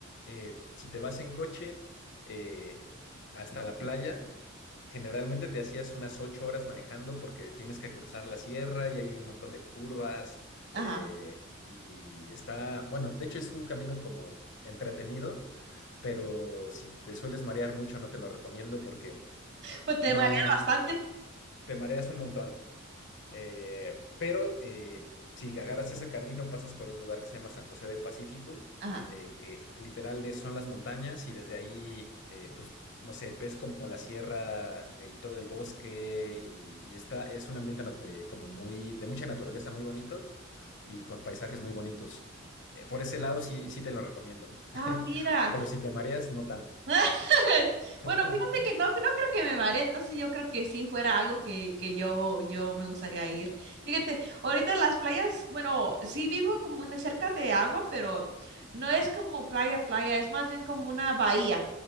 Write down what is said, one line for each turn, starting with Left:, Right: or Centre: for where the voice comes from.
Left: eh, si te vas en coche eh, hasta la playa, generalmente te hacías unas ocho horas manejando porque tienes que cruzar la sierra y hay un montón de curvas.
Right: ajá.
Left: eh, y está, bueno, de hecho es un camino como entretenido, pero si te sueles marear mucho, no te lo recomiendo porque
Right: Pues te
Left: no,
Right: mareas bastante.
Left: te mareas un montón. Eh, pero eh, si agarras ese camino, pasas por un lugar que se llama San José de Pacífico,
Right: ajá.
Left: eh, que literal es- son las montañas y desde ahí, eh, pues, no sé, ves como la sierra eh, y todo el bosque y, y está, es un ambiente nat- eh, como muy, de mucha naturaleza, muy bonito y con paisajes muy bonitos. Eh, por ese lado sí, sí te lo recomiendo, <laughs>
Right: Ah, mira.
Left: pero si te mareas, no tanto.
Right: <laughs> Bueno,
Left: <laughs>
Right: fíjate que no, no creo que me maree, entonces yo creo que sí fuera algo que, que yo, yo me gustaría ir. Fíjate, ahorita las playas, bueno, sí vivo como una cerca de agua, pero no es como playa, playa, es más bien como una bahía.